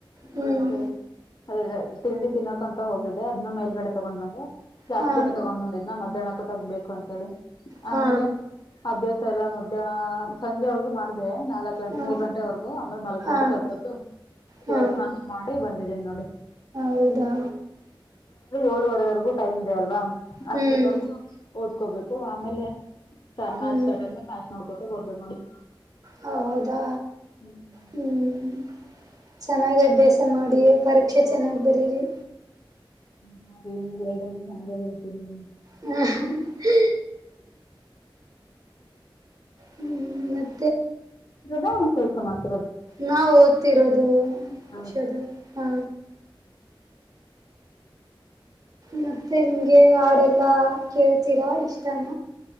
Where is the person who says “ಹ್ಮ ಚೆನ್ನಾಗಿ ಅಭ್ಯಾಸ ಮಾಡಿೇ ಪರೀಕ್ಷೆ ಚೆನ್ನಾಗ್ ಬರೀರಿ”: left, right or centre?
Right